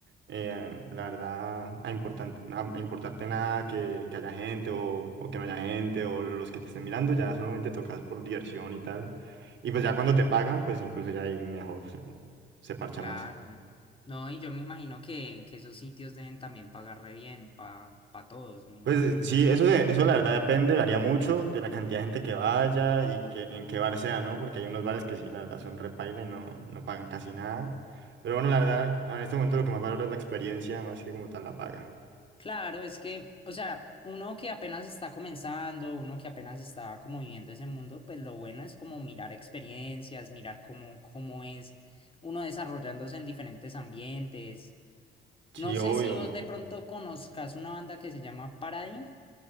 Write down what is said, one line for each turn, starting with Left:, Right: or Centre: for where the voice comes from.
Right: eh, la verdad, a, importan- a- a importarte nada que, que haya gente o, o que no haya gente o los que te estén mirando, ya solamente tocas por diversión y tal. Y pues ya cuando te pagan, pues incluso ya ahí mejor se, se parcha
Left: Claro.
Right: más.
Left: No, y yo me imagino que, que esos sitios deben también pagar re bien para pa pa todos, me imagino.
Right: Pues sí, eso, se- eso la verdad depende, varía mucho de la cantidad de gente que vaya y que, en qué bar sea, ¿no? Porque hay unos bares que sí, la verdad, son repaila y no, no pagan casi nada. Pero bueno, la verdad, en este momento lo que más valoro es la experiencia, más que como tal la paga.
Left: Claro, es que, o sea, uno que apenas está comenzando, uno que apenas está como viviendo ese mundo, pues lo bueno es como mirar experiencias, mirar cómo, cómo es uno desarrollándose en diferentes ambientes.
Right: Sí,
Left: No sé
Right: obvio.
Left: si vos de pronto conozcas una banda que se llama Paradigm